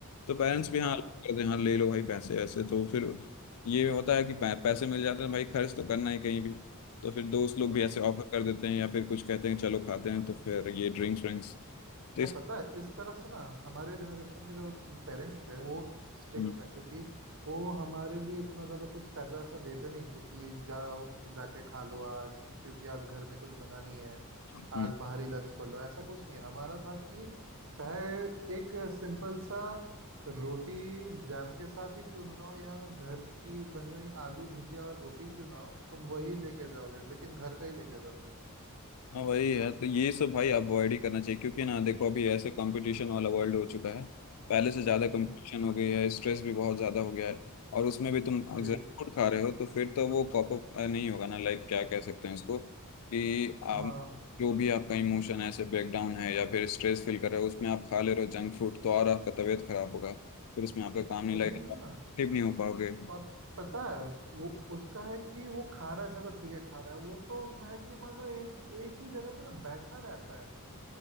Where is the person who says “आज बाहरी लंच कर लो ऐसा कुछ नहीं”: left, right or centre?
Right